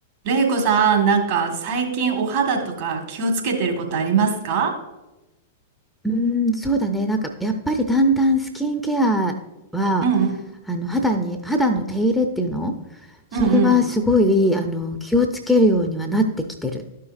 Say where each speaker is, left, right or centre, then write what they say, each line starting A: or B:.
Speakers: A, on the right; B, in the centre.
A: れいこさん、なんか最近お肌とか気をつけてることありますか
B: うーん、そうだね。なんかやっぱりだんだんスキンケアは
A: うんうん
B: あの肌に肌の手入れっていうのそれはすごいあの気をつけるようにはなってきてる。
A: うんうん。